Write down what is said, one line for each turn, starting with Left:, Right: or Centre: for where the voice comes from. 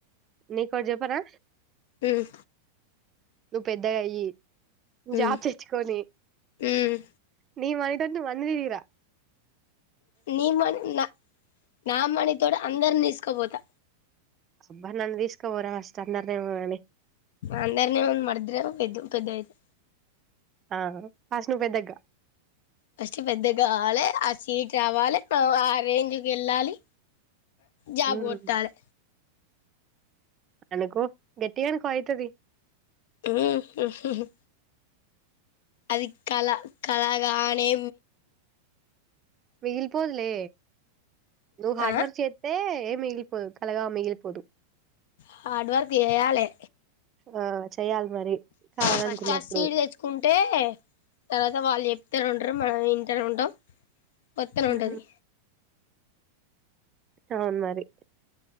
Right: నీకు ఒకటి చెస్స చెప్పనా
Left: మ్మ్
Right: నువ్వు పెద్ద అయ్యి
Left: మ్మ్
Right: జాబ్ తెచ్చుకొని
Left: మ్మ్
Right: నీ వైట్ ఎందుకు అన్ని వందిరా
Left: నీ మణి నా నా మణితోోడు అందరుని తీసుకోపోతా
Right: అబ్బా నన్న తీస్క పోరా అస్ అందర న ఉని
Left: అందరినే వంద మన రిద్దరం పోదాం పెద్ద పెద్దయితు
Right: ఆ ఫస్ హసినీ పెద్ద అక్క
Left: ఫస్ట్ పెద్ద కావాలి ఆ సీట్ రావాలి ఆ అరేంజ్కి వెళ్ళాలి జాబ్
Right: మ్మ్
Left: కోట్టాలే
Right: అనుకో గట్టి అనుకో అయితది
Left: ఉమ్ ఉహు ఉహు అది కళ కలాగానే
Right: మిగిలి పోదులే నువ్ హార్డ్
Left: ఆ
Right: వర్క్ చేతే ఏం కలగా మిగిలిపోదు
Left: హార్డ్ వర్క్ చేయాలే
Right: ఆ చెయ్యాలి మరి కావాలనుకున్నప్పుడు
Left: ఫస్ట్ ఆ సీటు తెచ్చుకుంటే తర్వాత వాళ్ళు చెప్త ఉండరు మనం వింట ఉంటామ్ పొత్తన
Right: ఉమ్,
Left: ఉంటది
Right: అవున్ మరి